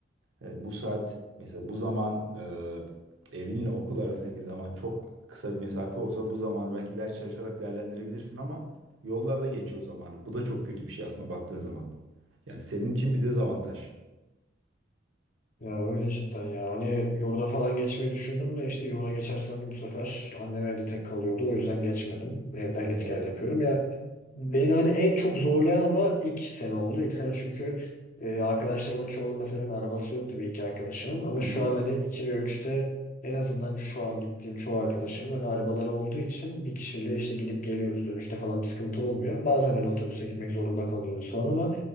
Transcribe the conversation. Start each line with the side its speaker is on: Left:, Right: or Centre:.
Right: E, bu saat mesela bu zaman e, evinle okul arasındaki zaman çok kısa bir mesafe olsa bu zamanı belki ders çalışarak değerlendirebilirsin ama yollarda geçiyor zamanı. Bu da çok kötü bir şey aslında baktığın zaman. Yani senin için bir dezavantaj.
Left: Ya öyle cidden ya. Hani yurda falan geçmeyi düşündüm de işte yurda geçersem bu sefer annem evde tek kalıyordu. O yüzden geçmedim. Evden
Right: Evet
Left: git
Right: evet.
Left: gel yapıyorum. Ya Beni hani en çok zorlayan ama ilk sene oldu. İlk sene çünkü e, arkadaşlarımın çoğunun mesela hani arabası yoktu bir iki arkadaşımın. Ama
Right: Hı
Left: şu
Right: hı.
Left: an hani 2 ve üçte en azından şu an gittiğim çoğu arkadaşımın hani arabaları olduğu için bir kişiyle işte gidip geliyoruz dönüşte falan bir sıkıntı olmuyor. Bazen hani otobüse gitmek zorunda kalıyoruz falan ama